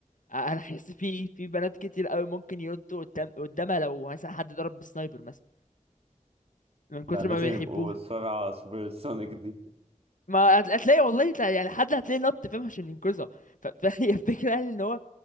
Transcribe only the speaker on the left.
انا حاسس في في بنات كتير قوي ممكن يردوا قدام قدامها لو مثلا حد ضرب بالسنايبر مثلا من كتر
ما بيحبوها
ما هت- هتلاقي والله تلاقي- يعني حد هتلاقي نط فاهم عشان ينقذها ف- فهي <laughs> الفكره يعني ان هو